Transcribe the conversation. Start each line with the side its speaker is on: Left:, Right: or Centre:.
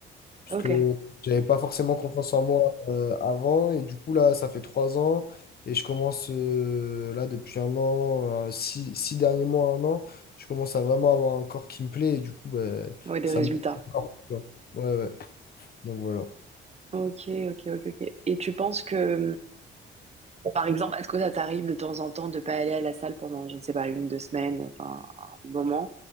Left: Parce
Right: Ok,
Left: que j'avais pas forcément confiance en moi euh, avant. Et du coup, là, ça fait trois ans. Et je commence, euh, là, depuis un an, euh, six, six derniers mois, un an, je commence à vraiment avoir un corps qui me plaît. Et du coup, ben,
Right: ouais, des
Left: ça
Right: résultats.
Left: me. Ouais, ouais. Donc voilà.
Right: Ok, ok, ok, ok. Et tu penses que, hum, par exemple, est-ce que ça t'arrive de temps en temps de pas aller à la salle pendant, je ne sais pas, une, deux semaines, enfin un moment,